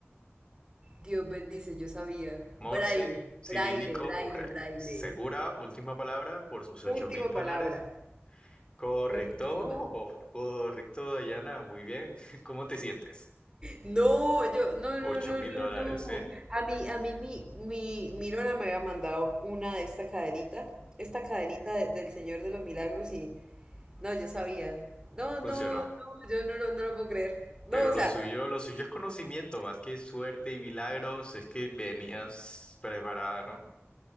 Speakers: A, on the right (about 20°); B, on the left (about 25°).
A: Dios bendice, yo sabía.
B: Morse,
A: Braille,
B: cirílico
A: braille, braille,
B: o braille.
A: braille.
B: ¿Segura? Última palabra por sus ocho
A: Última
B: mil dólares.
A: palabra.
B: Correcto,
A: Última.
B: correcto, Dayana, muy bien. <laughs> ¿Cómo te sientes?
A: No, yo, no,
B: 8
A: no, no,
B: mil
A: no,
B: dólares,
A: no.
B: ¿eh?
A: A mí, a mí, mi, mi, mi nona me había mandado una de esta cadenita, esta cadenita de- del Señor de los Milagros y No, yo sabía. No,
B: Funcionó.
A: no, no, yo no lo, no lo puedo creer. No,
B: Pero
A: o
B: lo
A: sea,
B: suyo, lo suyo es conocimiento, más que suerte y milagros, es que venías preparada, ¿no?